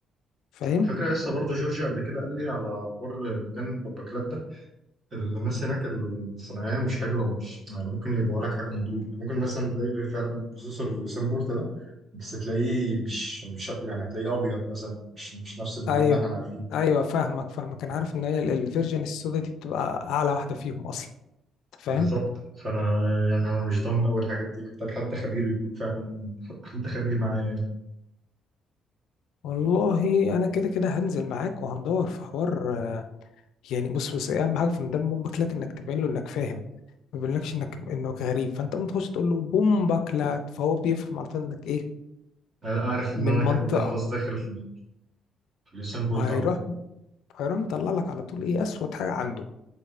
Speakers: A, on the left; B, on the right.
A: فاهم
B: فكرة لسه برضه جورجيا قبل كده قال لي على حوار ميدان بمبكلات ده الناس هناك الصناعية مش حلوة ومش يعني ممكن يبيعوا لك حاجة مضروبة يعني ممكن مثلا تلاقي فعلا بروسيسور لوسين بولت ده بس تلاقيه مش مش يعني هتلاقيه أبيض مثلا مش مش نفس اللون
A: ايوه
B: اللي احنا عارفينه
A: ايوه فاهمك فاهمك انا عارف ان هي ال- الفيرجن السودا دي بتبقى اعلى واحدة فيهم اصلا أنت فاهم
B: بالظبط فأنا يعني أنا مش ضامن أول الحاجات دي محتاج حد خبير يكون فعلا حد خبير معايا يعني.
A: والله انا كده كده هنزل معاك وهندور في حوار آه، يعني بص بص إيه اهم حاجة في ميدان باكلات انك تبين له انك فاهم ما بيقولكش انك انك غريب فانت ممكن تخش تقول له بومبا كلات فهو بيفهم على طول انك ايه
B: أنا عارف إن
A: من
B: أنا
A: المنطقه
B: كده ده خلاص داخل في ال- في اليوسين بولت
A: فهيروح
B: على طول
A: هيروح مطلع لك على طول ايه اسود حاجه عنده